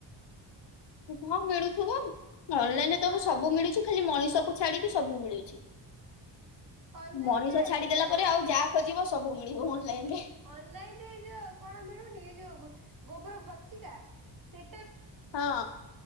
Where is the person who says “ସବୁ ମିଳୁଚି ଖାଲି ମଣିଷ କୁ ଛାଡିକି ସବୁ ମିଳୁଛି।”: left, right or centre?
Left